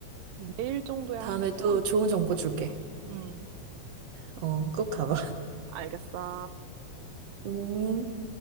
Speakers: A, on the right; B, on the right.
A: 응.
B: 내일 정도에 한번
A: 다음에
B: 시간
A: 또
B: 되면
A: 좋은
B: 가봐야
A: 정보 줄게.
B: 되겠다. 응,
A: 어, 꼭 가봐. <laughs>
B: 알겠어.
A: 음,